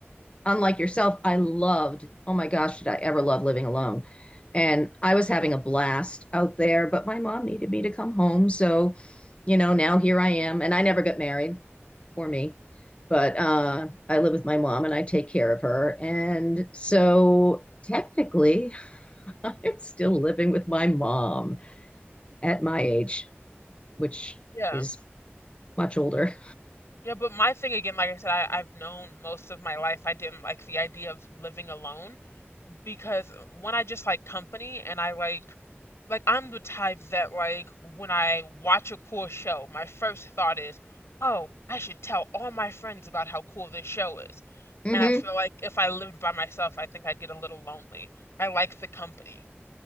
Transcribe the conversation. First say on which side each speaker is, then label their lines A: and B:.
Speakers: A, on the left; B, on the left.
A: unlike yourself, I loved, oh my gosh, did I ever love living alone? And I was having a blast out there, but my mom needed me to come home. So, you know, now here I am. And I never got married for me, but uh, I live with my mom and I take care of her. And so technically, <laughs> I'm still living with my mom at my age, which
B: yeah
A: is much older.
B: yeah but my thing again like i said I, i've known most of my life i didn't like the idea of living alone because when i just like company and i like Like I'm the type that like when I watch a cool show, my first thought is, "Oh, I should tell all my friends about how cool this show is."
A: hmm
B: And I feel like if I lived by myself, I think I'd get a little lonely. I like the company.